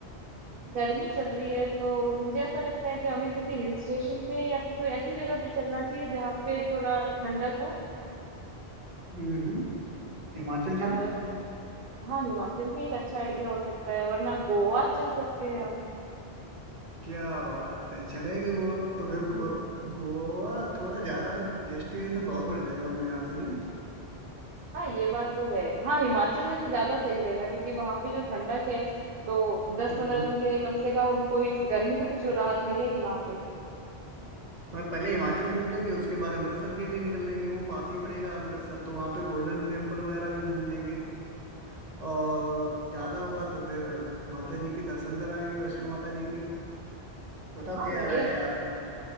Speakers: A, on the right; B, on the right.
A: गर्मी चल रही है तो मुझे ऐसा लगता है कि हमें किसी हिल स्टेशन पे या फिर कोई ऐसी जगह पे चलना चाहिए जहाँ पे थोड़ा ठंडक
B: हम्म हम्म हिमाचल चले
A: हो हाँ हिमाचल भी एक अच्छा आइडिया हो सकता है वरना गोवा चल सकते हैं हम
B: क्या बात है चलेंगे गोवा तो फिर गो, गोवा थोड़ा ज्यादा डेस्टिनेशन बहुत बढ़ जाएगा अपने यहाँ से नहीं
A: हाँ ये बात तो है हाँ हिमाचल में से ज्यादा सही रहेगा क्योंकि वहां पे जो ठंडक है तो दस
B: हम्म।
A: पंद्रह दिन के लिए कम से कम हमको इस गर्मी से तो छुट राहत मिलेगी वहां पे
B: और पहले हिमाचल घूम लेंगे उसके बाद अमृतसर के लिए निकल लेंगे वो पास ही पड़ेगा अमृतसर तो वहाँ पे गोल्डन टेम्पल वगैरह भी घूम लेंगे और ज्यादा होगा तो फिर माता जी के दर्शन कराएंगे वैष्णो माता जी के बताओ
A: हाँ
B: क्या राय
A: ये
B: है आपकी